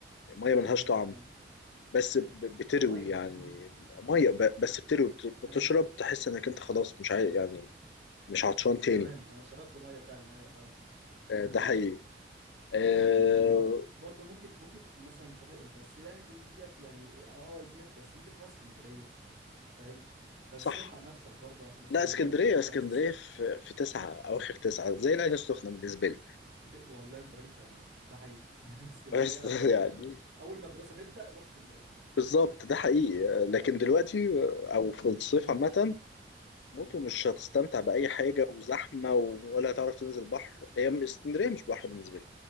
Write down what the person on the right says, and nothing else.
ايوه
ده حقيقي
ميه
<laughs>
ايوه
تمام انا شربت ميه فعلا ايوه فاهمك
<laughs>
وبرضه ممكن ممكن مثلا تروح بس يعني دي ديت يعني اه اه ادمت بس ممكن تروح اسكندريه فاهم بس
الحق نفسك برضه عشان اسكندريه
في شت في
عز الصيف
بت... والله انت راجل فهمان ده حقيقي <laughs> اسكندريه
شتاء
يا باشا اول ما الدراسه تبدا روح اسكندريه
موت
موت صدقني